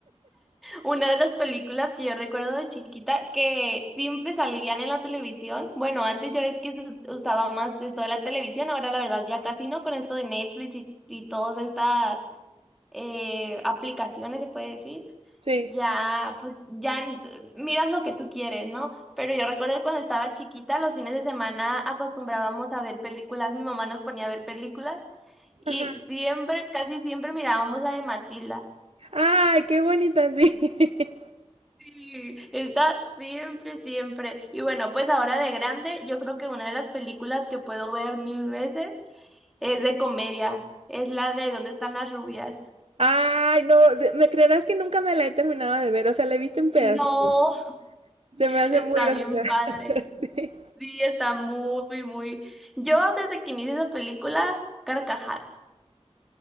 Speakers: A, in the centre; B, on the right.
A: Una de las películas que yo recuerdo de chiquita que siempre salían en la televisión. Bueno, antes ya ves que se usaba más esto de la televisión, ahora la verdad ya casi no con esto de Netflix y, y todas estas eh, aplicaciones, se puede decir.
B: Sí.
A: Ya, pues ya n- miras lo que tú quieres, ¿no? Pero yo recuerdo que cuando estaba chiquita, los fines de semana acostumbrábamos a ver películas, mi mamá nos ponía a ver películas. Y
B: Ajá.
A: siempre, casi siempre mirábamos la de Matilda.
B: Ay, qué bonita, sí. <laughs>
A: Sí, Está siempre, siempre. Y bueno, pues ahora de grande, yo creo que una de las películas que puedo ver mil veces es de comedia. Es la de ¿Dónde están las rubias?
B: Ay, no, se- me creerás que nunca me la he terminado de ver, o sea, la he visto en pedacitos.
A: No,
B: Se me hace
A: está
B: muy graciosa.
A: bien padre.
B: <laughs> Sí.
A: Sí, está muy, muy. Yo desde que inicié esa película, carcajadas.